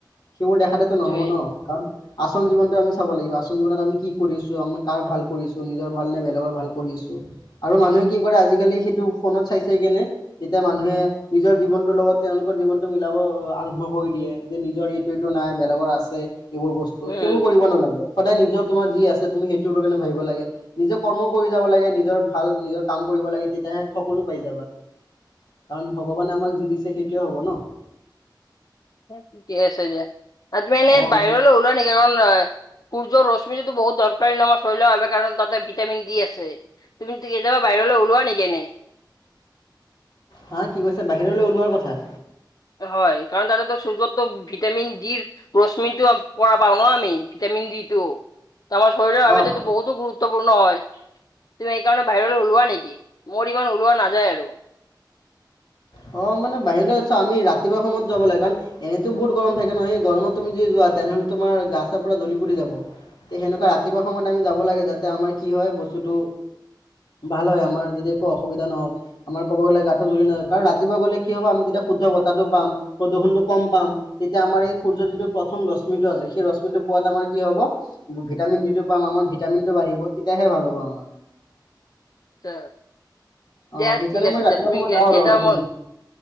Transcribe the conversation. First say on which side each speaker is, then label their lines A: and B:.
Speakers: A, on the left (about 75°); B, on the left (about 55°).
A: সেইবোৰ দেখালেতো
B: সেইটোৱে
A: নহ'ব ন, কাৰণ আচল জীৱনতটো আমি চাব লাগিব। আচল জীৱনত আমি কি কৰি আছোঁ, আমি কাৰ ভাল কৰিছোঁ, নিজৰ ভাল নে বেলেগৰ ভাল কৰি আছোঁ আৰু মানুহে কি কৰে আজিকালি সেইটো ফোনত চাই চাই কেনে তেতিয়া মানুহে নিজৰ জীৱনটোৰ লগত তেওঁলোকৰ জীৱনতটো মিলাব আৰম্ভ কৰি দিয়ে, যে নিজৰ এইটো এইটো নাই, বেলেগৰ আছে এইবোৰ বস্তু সেইবোৰ
B: উম।
A: কৰিব নালাগে সদায় নিজৰ তোমাৰ যি আছে তুমি সেইটোৰ বাৱে ভাবিব লাগে নিজৰ কৰ্ম কৰি যাব লাগে নিজৰ ভাল নিজৰ কাম কৰি লাগে তেতিয়াহে সকলো পাই যাবা। কাৰণ ভগৱানে আমাক যি দিছে সেইটোৱে হ'ব ন।
B: ঠিকে আছে দিয়া ত তুমি এনে
A: অ
B: বাহিৰলৈ ওলোৱা নেকি কাৰণ সূৰ্যৰ ৰশ্মিটো বহুত দৰকাৰী ন আমাৰ শৰীৰৰ বাবে কাৰণ তাতে ভিটামিন দি আছে। তুমি কেতিয়াবা বাহিৰলৈ ওলোৱা নেকি এনেই?
A: হা কি কৈছা বাহিৰলৈ ওলোৱাৰ কথা?
B: হয় কাৰণ তাতেতো সূৰ্যতটো ভিটামিন ডিৰ ৰশ্মিনটো পৰা পাও ন আমি <unintelligible> শৰীৰৰ বাবে
A: অঁ
B: বহুো গুৰু <unintelligible> গুৰুত্বপূৰ্ণ হয় তুমি এইকাৰণে বাহিৰলৈ ওলোৱা নেকি? মোৰ ইমান ওলোৱা নাযায় আৰু <inaudible>
A: অ মানে বাহিৰলৈ আছা আমি ৰাতিপুৱা সময়ত যাব লাগ কাৰণ এনেতো বহুত গৰম থাকে ন সেই গৰমত তুমি যি যোৱা তেনেহ'লে তোমাৰ গা ছাৰ পোৰা জ্বলি পুৰি যাব তে সেনেকুৱা ৰাতিপুৱা সময়ত আমি যাব লাগে যাতে আমাৰ কি হয় বস্তুটো ভাল হয় আমাৰ যদি একো অসুবিধা নহওঁক আমাৰ ক'ব গ'লে গাটো জুৰি নাই কাৰণ ৰাতি ৰাতিপুৱা গ'লে কি হ'ব আমি তেতিয়া শুদ্ধ বতাহটো পাম প্ৰদূষণ টো কম পাম। তেতিয়া আমাৰ এই সূৰ্য যিটো প্ৰথম ৰশ্মিিতটো আছে সেই ৰশ্মি টো পোৱাত আমাৰ কি হ'ব ভিটামিন ডি আমাৰ ভিটামিন টো বাঢ়িব তেতিয়াহে ভাল হ'ব। ব <unintelligible>
B: ত <inaudible>
A: অঁ
B: দিয়া
A: সেইকাৰণে
B: ঠিক আছে
A: মই ৰাতিপুৱা
B: দিয়া তুমি
A: সময়ত যাওঁ
B: কেইটাম
A: আৰু অলপ সময়
B: <unintelligible>